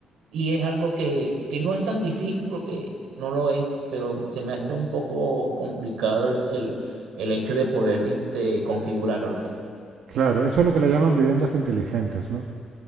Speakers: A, on the right; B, on the right.
A: Y es algo que, que no es tan difícil porque no lo es, pero se me hace un poco complicado el, el, el hecho de poder este, configurarlas.
B: claro, eso es lo que le llaman viviendas inteligentes, ¿no?